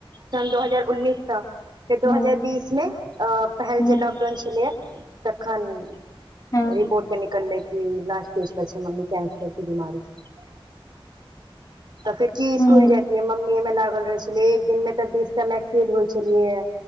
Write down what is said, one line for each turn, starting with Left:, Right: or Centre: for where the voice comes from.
Right: सन दो हजार उन्नीस सँ। फेर
Left: हँ
Right: दू हजार बीस मे अ पहिल
Left: हँ
Right: जे लॉकडाउन छलैए, तखन
Left: हँ
Right: रिपोर्ट मे निकललै की लास्ट स्टेज पर छै, मम्मी कैंसर क बीमारी छै। तऽ फिर की इस्कूल
Left: हँ
Right: जाईत मम्मी अय में लागल रहै छलै एक दिन में तऽ, बीस टा मैक्सी धोइ छलिऐ ये।